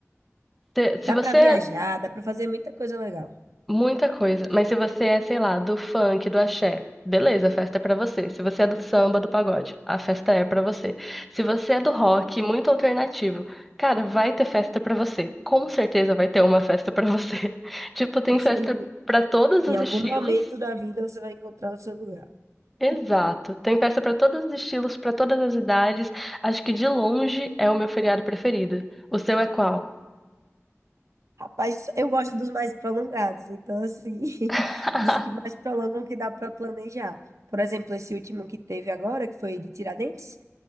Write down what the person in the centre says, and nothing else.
se se
você
Muita coisa. Mas se você é, sei lá, do funk, do axé, beleza, a festa é pra você. Se você é do samba, do pagode, a festa é pra você. Se você é do rock, muito alternativo, cara, vai ter festa pra você. Com certeza vai ter uma festa pra você. <laughs> Tipo, tem
festa pra todos
os
estilos.
Exato. Tem festa pra todos os estilos, pra todas as idades. Acho que de longe é o meu feriado preferido. O seu é qual?
<laughs>